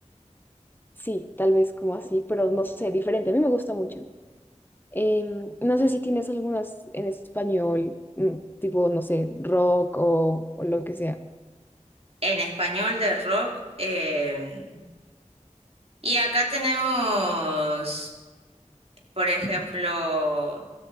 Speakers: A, on the left; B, on the right.
A: Sí, tal vez como así, pero no sé, diferente. A mí me gusta mucho. Em, no sé si tienes algunas en español, mm, tipo, no sé, rock o, o lo que sea.
B: En español de rock. eh, Y acá tenemos, por ejemplo,